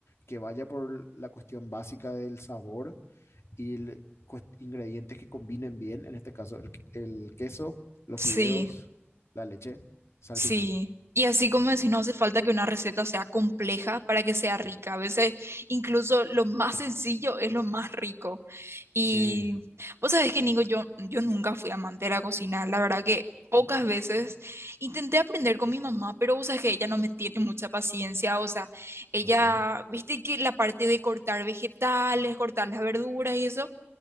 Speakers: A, on the left (about 85°); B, on the right (about 75°).
A: que vaya por la cuestión básica del sabor y el- cuest- ingredientes que combinen bien, en este caso el, el queso, los
B: Sí,
A: fideos, la leche, sal,
B: sí.
A: pimienta.
B: Y así como decís, no hace falta que una receta sea compleja para que sea rica. A veces incluso lo más sencillo es lo más rico. Y
A: Sí.
B: vos sabés que, Nico, yo, yo nunca fui amante de la cocina. La verdad que
A: ujú,
B: pocas veces intenté aprender con mi mamá, pero vos sabés que ella no me tiene mucha paciencia. O sea, ella,
A: Ok.
B: viste que la parte de cortar vegetales, cortar las verduras y eso.